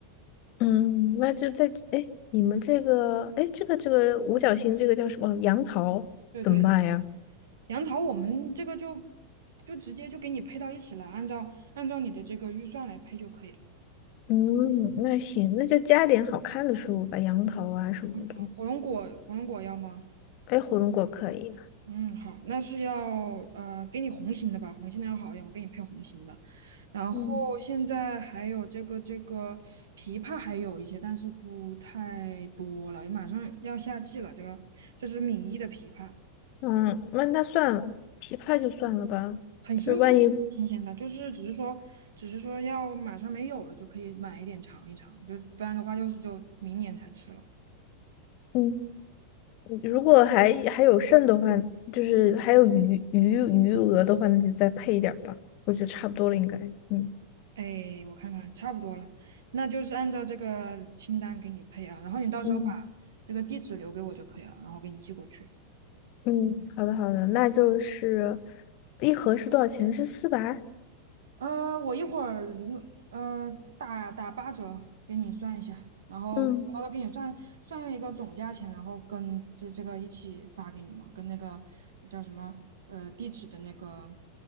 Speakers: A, on the left; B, on the right.
A: 嗯，那就再哎，你们这个哎，这个这个五角星这个叫什么？杨桃怎么办呀？
B: 对对。杨桃，我们这个就就直接就给你配到一起了，按照按照你的这个预算来配就可以了。
A: 嗯，那行，那就加点好看的食物吧，杨桃啊什么的。
B: 杨桃，火龙果，火龙果要吗？
A: 哎，火龙果可以啊。
B: 嗯，好，那是要呃给你红心的吧，红心的要好一点，我给你配红心的。然后现在还有这个这个枇杷还有一些，
A: 嗯。
B: 但是不太多了，马上要夏季了，这个这是米一的枇杷。
A: 嗯，那那算了，琵琶就算了吧。
B: 很新鲜，
A: 就是万一，
B: 新鲜的，就是只是说，只是说要马上没有了就可以买一点尝一尝，就不然的话就是就明年才吃了。
A: 嗯，如果还还有剩的话，就是还有余余余额的话，那就再配一点儿吧。我觉得差不多了，应该。嗯
B: 哎，我看看，差不多了，那就是按照这个清单给你配啊，然后你到时候把
A: 嗯
B: 这个地址留给我就可以了，然后给你寄过去。
A: 嗯，好的好的，那就是一盒是多少钱？是四百。
B: 呃，我一会儿弄呃打打八折给你算一下，然后我到时候给你算算一个总价钱，
A: 嗯
B: 然后跟这这个一起发给你嘛，跟那个叫什么呃地址的那个